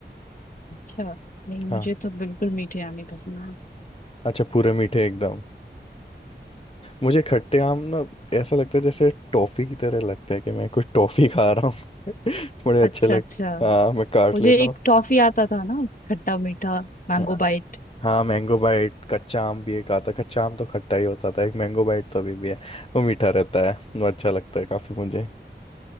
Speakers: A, on the left (about 45°); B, on the left (about 30°).
A: अच्छा नहीं
B: हाँ
A: मुझे तो बिल्कुल मीठे आम ही पसंद है
B: अच्छा पूरे मीठे एकदम मुझे खट्टे आम ना ऐसा लगता है जैसे टॉफी की तरह लगता है कि मैं कुछ टॉफी खा रहा हूँ <laughs> बड़े अच्छे
A: अच्छा
B: लगते
A: अच्छा
B: हैं हाँ मैं काट
A: मुझे
B: लेता
A: एक टॉफी आता था ना खट्टा मीठा मैंगो
B: हूँ
A: बाइट
B: हाँ मैंगो बाइट कच्चा आम भी एक आता है कच्चा आम तो खट्टा ही होता था एक मैंगो बाइट तो अभी भी है वो मीठा रहता है वो अच्छा लगता है काफी मुझे